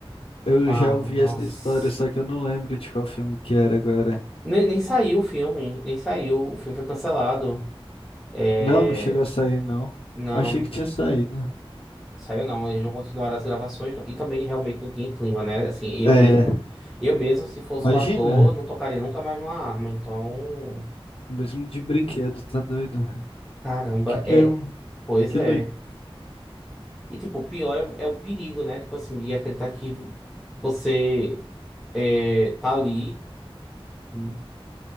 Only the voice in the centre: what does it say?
com a
arma.
Nossa.
Nem, nem saiu o filme, nem saiu. O filme foi cancelado. É,
não,
saiu não. Eles não continuaram as gravações. não. E também realmente não tinha clima, né? Assim, eu
mesmo, eu mesmo, se fosse
o ator, não tocaria nunca mais numa arma. Então,
caramba,
é.
Pois
é.
E tipo, o pior é, é o perigo, né? Tipo assim, de acreditar que você é, tá ali e.